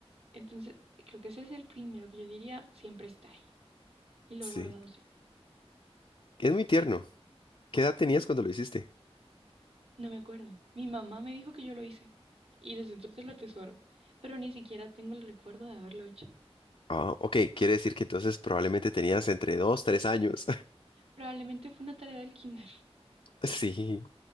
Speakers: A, on the right (about 65°); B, on the left (about 60°).
A: Entonces, creo que ese es el primero que yo diría, siempre está ahí. Y lo
B: Sí.
A: he guardado siempre.
B: Es muy tierno. ¿Qué edad tenías cuando lo hiciste?
A: No me acuerdo. Mi mamá me dijo que yo lo hice. Y desde entonces lo atesoro. Pero ni siquiera tengo el recuerdo de haberlo hecho.
B: Ah, ok, quiere decir que entonces probablemente tenías entre dos, tres años.
A: Probablemente fue una tarea del kinder.
B: <laughs> Sí.